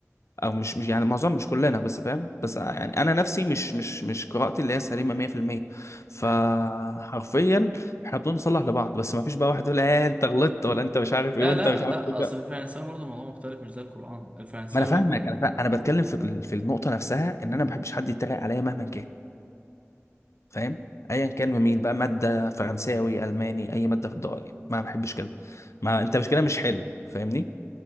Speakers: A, on the left; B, on the right.
A: او مش مش يعني معظم مش كلنا بس فاهم بس آه، يعني انا نفسي مش مش مش قراءتي اللي هي سليمه 100% فحرفيا
B: طيب
A: احنا بنصلح لبعض بس ما فيش بقى واحد يقول ايه انت غلطت ولا انت مش عارف
B: لا
A: ايه وانت
B: لا
A: مش عارف
B: لا
A: ايه
B: اصل في الفرنساوي برضه الموضوع مختلف مش زي القران الفرنساوي
A: ما انا فاهمك
B: آه،
A: انا فاهم. انا بتكلم في ال- في النقطه نفسها ان انا ما بحبش حد يتريق عليا مهما كان فاهم ايا كان من مين بقى ماده فرنساوي الماني اي ماده في الدنيا ما بحبش كده ما انت مش كده مش حلو فاهمني